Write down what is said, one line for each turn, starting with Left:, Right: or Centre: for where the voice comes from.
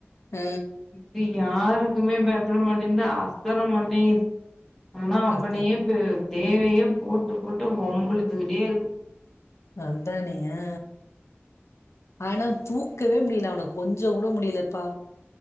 Left: அ
Centre: இப்ப யாருக்குமே பயப்பட மாட்டென்து அசர மாட்டேங்கிது ஆனா அவனையே
Left: அதா
Centre: தேவ்வையே போட்டு போட்டு வம்பிழுத்துக்கிட்டே இருக்கு
Left: அத்தானையா ஆனா தூக்கவே முடில அவன கொஞ்ச கூட முடிலப்பா